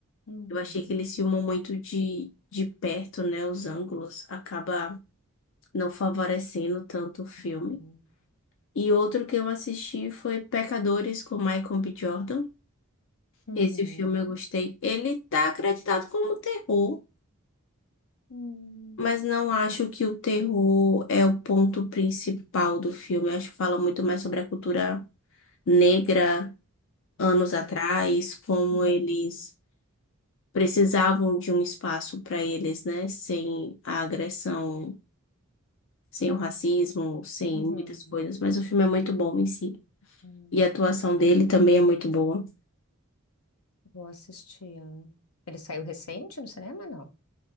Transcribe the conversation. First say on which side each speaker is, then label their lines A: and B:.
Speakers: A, on the left; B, on the left.
A: Uhum.
B: Eu achei que eles filmam muito de, de perto, né? Os ângulos acaba não favorecendo tanto o filme.
A: Uhum.
B: E outro que eu assisti foi Pecadores com Michael B. Jordan.
A: Uhum.
B: Esse filme eu gostei. Ele tá acreditado como terror,
A: Uhum.
B: mas não acho que o terror é o ponto principal do filme. Eu acho que fala muito mais sobre a cultura negra anos
A: Sim.
B: atrás, como
A: Uhum.
B: eles precisavam de um espaço para eles, né? Sem a agressão sem o racismo, sem
A: Uhum.
B: muitas coisas, mas o filme é muito bom em si.
A: Uhum.
B: E a atuação dele também é muito boa.
A: Vou assistir. Ele saiu recente no cinema, não?